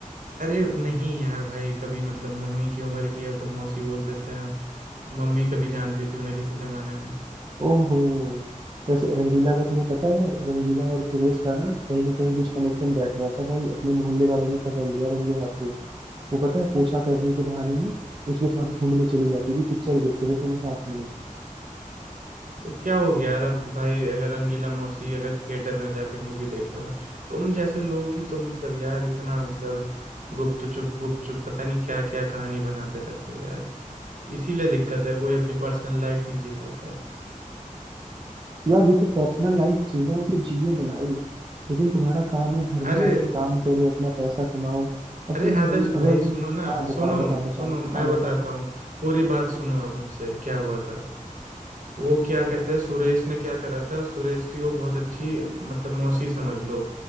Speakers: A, on the right; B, on the right.
A: अरे नहीं यार भाई कभी मतलब मम्मी की उम्र की है तो मौसी बोल देते हैं मम्मी कभी जानती थी उन्हें किसी जमाने में
B: ओहो वैसे रंगीला का तुम्हें पता है यार रंगीला और सुरेश का ना कहीं ना कहीं कुछ कनेक्शन बैठ रहा था भाई अपने मोहल्ले वालों ने पकड़ लिया रंगे हाथों वो पता है पोछा करने के बहाने ना उसके साथ घूमने चली जाती थी पिक्चर देखते थे दोनों साथ में
A: तो क्या हो गया यार अब भाई अगर रंगीला मौसी अगर थिएटर में जाके मूवी देख ले भाई तुम जैसे लोगों की तो मतलब यार इतना मतलब गुप्त चुप गुप्त चुप पता नहीं क्या क्या कहानी बनाते रहते हो यार इसीलिए दिक्कत है कोई अपनी पर्सनल लाइफ नहीं जी पाता है
B: यार देखो पर्सनल लाइफ जीना है तो जियो ना भाई लेकिन तुम्हारा काम है घर
A: अरे
B: में आके काम करो अपना पैसा कमाओ अब
A: अरे
B: तुम
A: आदर्श
B: भाई
A: भाई
B: अगर
A: सुनो ना
B: हाँ बताओ
A: सुनो
B: बताओ बताओ
A: सुनो मैं
B: हाँ
A: बताता
B: बताओ
A: हूँ पूरी बात सुनो आप मुझसे क्या हुआ था वो क्या कहते हैं सुरेश ने क्या करा था सुरेश की वो बहुत अच्छी मतलब मौसी समझ लो